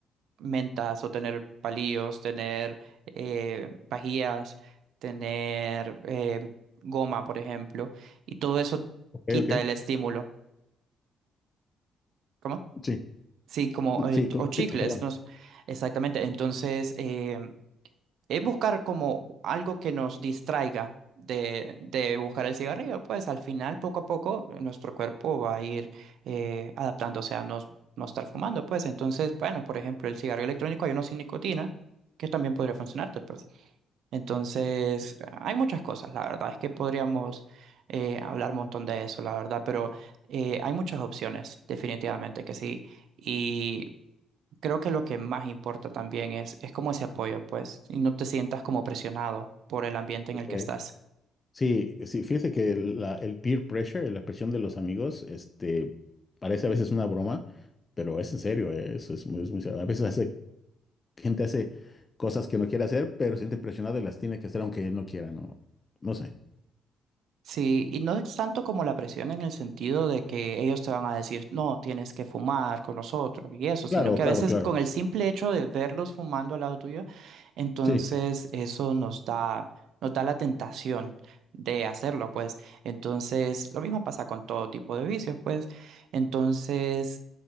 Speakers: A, on the right; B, on the left.
A: mentas o tener palillos, tener eh, pajillas, tener eh, goma, por ejemplo. Y todo eso
B: Ok,
A: quita
B: ok.
A: el estímulo. ¿Cómo?
B: Sí.
A: Sí, como eh,
B: Sí, con-
A: o
B: continúa,
A: chicles,
B: perdón.
A: no, sé. Exactamente. Entonces, eh, es buscar como algo que nos distraiga de, de buscar el cigarrillo. Pues al final, poco a poco, eh, nuestro cuerpo va a ir eh, adaptándose a no, no estar fumando. Pues entonces, bueno, por ejemplo, el cigarrillo electrónico hay uno sin nicotina, que también podría funcionarte. Pues. Entonces, hay muchas cosas. La verdad es que podríamos eh, hablar un montón de eso, la verdad, pero eh, hay muchas opciones, definitivamente que sí. Y creo que lo que más importa también es, es como ese apoyo, pues, y no te sientas como presionado por el ambiente
B: Ok.
A: en el que estás.
B: Sí, sí, fíjese que el la- el peer pressure, la presión de los amigos, este, parece a veces una broma, pero es en serio, eh, eso es muy, es muy serio. A veces hace, gente hace cosas que no quiere hacer, pero se siente presionada y las tiene que hacer aunque él no quiera, no, no sé.
A: Sí, y no es tanto como la presión en el sentido de que ellos te van a decir, no, tienes que fumar con nosotros y eso, sino
B: Claro,
A: que
B: claro,
A: a veces
B: claro.
A: con el simple hecho de verlos fumando al lado tuyo, entonces
B: Sí,
A: eso nos da, nos da la tentación de hacerlo, pues. Entonces, lo mismo pasa con todo tipo de vicios, pues. Entonces,